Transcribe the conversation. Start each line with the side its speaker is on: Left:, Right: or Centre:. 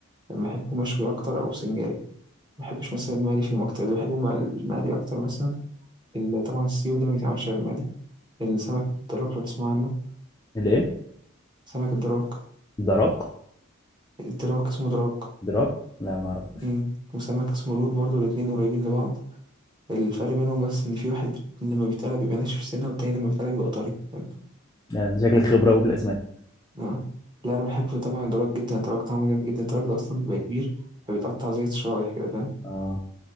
Right: بحبه مشوي اكتر او سنجاري ما بحبش مثلا المقلي فيهم اكتر اللي بحبه مق- المقلي اكتر مثلا ال- طبعا السيو ده ما بيتعملش غير المقلي السمك الدراك لو تسمع عنه
Left: الايه
Right: سمك الدراك
Left: دراك
Right: الدراك اسمه دراك
Left: دراك لا ما اعرفوش
Right: أمم. وسمك اسمه لود برضو الاتنين قريبين لبعض الفرق بينهم بس إن في واحد لما بيتقلب بيبقى ناشف السنة والتاني لما بيتقلب بيبقى طري فاهم؟
Left: لا أنت شكلك خبره قوي في الاسماك
Right: آه. لا أنا بحب طبعا دراج جدا دراج طعمه جامد جدا دراج ده أصلا بيبقى كبير فبيتقطع زي الشرايح كده فاهم
Left: اه